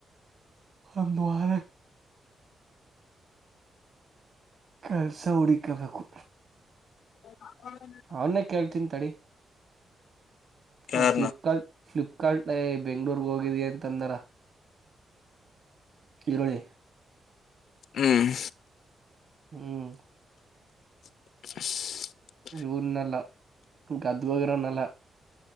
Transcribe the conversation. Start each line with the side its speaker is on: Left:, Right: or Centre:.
Right: ಒಂದ್ವಾರ ಕೆಲ್ಸ ಹುಡಿಕಬೇಕು.
Left: ಹ
Right: ಅವನ್ನೇ ಕೇಳ್ತೀನ್ ತಡಿ. ಹ
Left: ಯಾರನ
Right: ಫ್ಲಿಪ್ಕಾರ್ಟ್ ಫ್ಲಿಪ್ಕಾರ್ಟ್ ಏ ಬೆಂಗ್ಳೂರಿಗೆ ಹೋಗಿದಿ ಅಂತಂದ್ರ. ಇರೋಳಿ.
Left: ಹ್ಮ್.
Right: ಹ್ಮ್.
Left: <inaudible>
Right: ಇವ ನೆಲ್ಲ ಗದ್ದಗೋಗಿರೋನಲ್ಲ